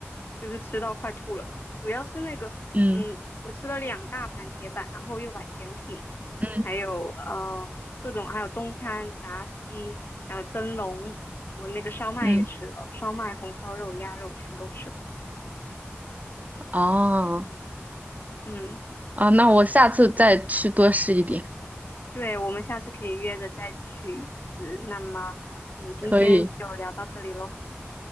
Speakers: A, on the left; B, on the right.
A: 就是吃到快吐了。主要是那个，
B: 嗯
A: 嗯，我吃了两大盘铁板，然后又把甜品，
B: 嗯
A: 还有呃各种，还有中餐、炸鸡，还有蒸笼，我那个烧麦也吃了，
B: 嗯。
A: 烧麦、红烧肉、鸭肉全都吃了。
B: 哦，
A: 嗯，
B: 啊，那我下次再去多试一点。
A: 对，我们下次可以约着再去一次。那么我们今天就聊到这里喽，
B: 可以，